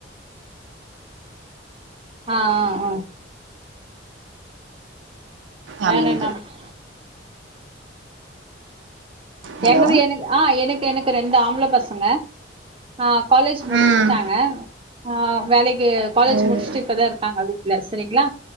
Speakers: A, on the right (about 30°); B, on the right (about 75°).
A: ஆ ஆ ஆ வேற
B: அப்படின்ட்டு
A: என்னது
B: ஹலோ
A: என்னது எனக் ஆ எனக்கு எனக்கு ரெண்டு ஆம்பள பசங்க ஆ காலேஜ் முடிச்சிட்டாங்க
B: ம்
A: ஆ வேலைக்கு காலேஜ்
B: ம்
A: முடிச்சுட்டு இப்போ தான் இருக்காங்க வீட்டில் சரிங்களா